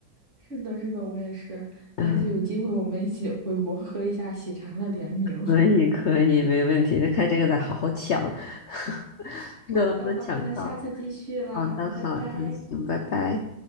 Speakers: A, on the right (about 35°); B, on the left (about 80°).
A: 是的，是的，我也是。
B: 嗯，
A: 下次有机会我们一起回国喝一下喜茶的联名。
B: 可以可以，没问题，就看这个再好好抢，<laughs>
A: <laughs>
B: 不知道能不能抢到。
A: 好的，好的，那下次继续啦，
B: 好的好的，
A: 拜拜。
B: 行，拜拜。